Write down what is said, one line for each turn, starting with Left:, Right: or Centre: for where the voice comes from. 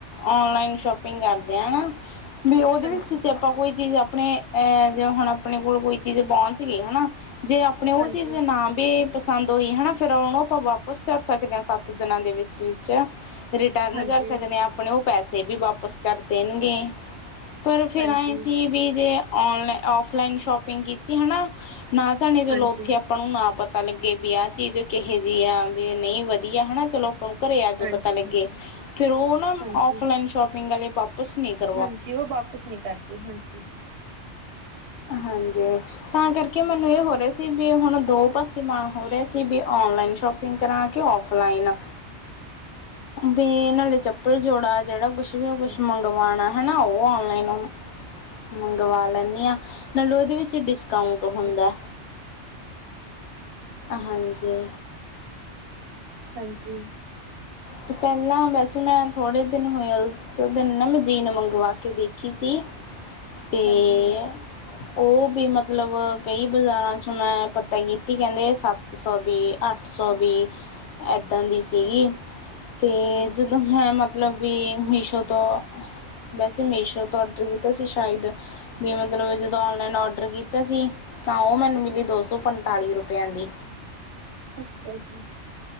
Left: ਔਨਲਾਈਨ ਸ਼ੋਪਿੰਗ ਕਰਦੇ ਹਾਂ, ਹਨਾ ਵੀ ਉਹਦੇ
Right: ਹਾਂਜੀ,
Left: ਵਿੱਚ ਕੌਈ ਆਪਾਂ ਕੋਈ ਚੀਜ਼ ਆਪਣੇ ਅਹ ਜੇ, ਹੁਣ ਆਪਣੇ ਕੋਲ ਕੋਈ ਚੀਜ਼ ਪਹੁੰਚ ਗਈ ਹਨਾ। ਜੇ ਆਪਣੇ ਉਹ
Right: ਹਾਂਜੀ,
Left: ਚੀਜ਼ ਨਾ ਵੀ ਪਸੰਦ ਹੋਈ ਹਨਾ, ਫਿਰ ਉਹਨੂੰ ਆਪਾਂ ਵਾਪਿਸ ਕਰ ਸਕਦੇ ਹਾਂ। ਸੱਤ ਦਿਨਾਂ ਦੇ ਵਿੱਚ-ਵਿਚ ਰਿਟਰਨ
Right: ਹਾਂਜੀ,
Left: ਕਰ ਸਕਦੇ ਹਾਂ, ਆਪਣੇ ਉਹ ਪੈਸੇ ਵੀ ਵਾਪਿਸ ਕਰ ਦੇਣਗੇ। ਪਰ, ਫਿਰ
Right: ਹਾਂਜੀ,
Left: ਆਂਏ ਸੀ, ਜ਼ੇ ਔਨਲਾਈਨ ਔਫਲਾਈਨ ਸ਼ਾਪਿੰਗ ਕੀਤੀ ਹਨਾ। ਨਾ ਜਾਣੇ ਚਲੋ
Right: ਹਾਂਜੀ।
Left: <unintelligible> ਆਪਾਂ ਨੂੰ ਨਾ ਪਤਾ ਲੱਗੇ ਵੀ ਆਹ ਚੀਜ਼ ਕਿਹੋ ਜਿਹੀ ਆ। ਵੀ ਨਹੀਂ ਵਧੀਆ ਹਨਾ ਚਲੋ। ਘਰੇ ਆ ਕੇ
Right: ਹਾਂਜੀ
Left: ਪਤਾ ਲੱਗੇ,
Right: ਹਾਂਜੀ
Left: ਫੇਰ ਉਹ ਨਾ
Right: ਹਾਂਜੀ
Left: ਔਫਲਾਈਨ ਸ਼ੋਪਿੰਗ ਵਾਲੇ ਵਾਪਿਸ ਨੀ ਕਰਦੇ।
Right: ਹਾਂਜੀ, ਉਹ ਵਾਪਿਸ ਨਹੀਂ ਕਰਦੇ। ਹਾਂਜੀ।
Left: ਹਾਂਜੀ। ਤਾਂ ਕਰਕੇ ਮੈਨੂੰ ਇਹ ਹੋ ਰਿਹਾ ਸੀ, ਵੀ ਹੁਣ ਦੋ ਪਾਸੇ ਮਨ ਹੋ ਰਹਾ ਸੀ। ਵੀ ਔਨਲਾਈਨ ਸ਼ੋਪ <unintelligible> ਕਰਾ ਕੇ ਔਫਲਾਈਨ ਤੇ ਨਾਲੇ ਚੱਪਲ ਜੋੜਾ ਜਿਹੜਾ ਕੁਛ ਜਿਵੇ
Right: ਅੱਛਾ
Left: ਕੁਛ ਮੰਗਵਾਉਣਾ ਹੈਨਾ, ਉਹ ਔਨਲਾਈਨ ਮੰਗਵਾ ਲੈਂਨੀ ਹਾਂ। ਨਾਲੇ, ਉਹਦੇ ਵਿੱਚ ਡਿਸਕਾਊਂਟ ਹੁੰਦਾ,
Right: ਹਾਂਜੀ
Left: ਹਾਂਜੀ।
Right: ਹਾਂਜੀ।
Left: ਅਤੇ ਪਹਿਲਾਂ ਵੈਸੇ, ਮੈਂ ਥੋੜ੍ਹੇ ਦਿਨ ਹੋਏ ਆ। ਉਸ ਦਿਨ ਨਾ ਮੈਂ ਜੀਨ ਮੰਗਵਾ ਕੇ ਦੇਖੀ ਸੀ। ਤੇ <unintelligible>
Right: ਹਾਂਜੀ ਹਾਂਜੀ
Left: ਉਹ ਵੀ ਮਤਲਬ ਕਈ ਬਾਜ਼ਾਰਾਂ ਚ ਮੈਂ, ਪਤਾ ਕੀਤੀ ਕਹਿੰਦੇ ਸੀ। ਸੱਤ ਸੌ ਦੀ, ਅੱਠ ਸੌ ਦੀ ਇੱਦਾਂ ਦੀ
Right: ਅੱਛਾ
Left: ਸੀਂ।
Right: ਜੀ
Left: ਤੇ
Right: ਹਾਂਜੀ
Left: ਜਦੋਂ ਮੈਂ ਮਤਲਬ, ਵੀ ਮੀਸ਼ੋ ਤੋਂ ਵੈਸੇ, ਮੀਸ਼ੋ ਤੋਂ ਆਡਰ ਕੀਤਾ ਸੀ। ਸ਼ਾਇਦ, ਵੀ ਮਤਲਬ, ਜਦੋਂ ਓਨਲਾਈਨ ਔਡਰ ਕੀਤਾ ਸੀ। ਤਾਂ, ਉਹ ਮੈਨੂੰ ਮਿਲੀ ਦੋ ਸੌ ਪੰਤਾਲੀ ਰੁਪਿਆਂ ਦੀ।
Right: <unintelligible>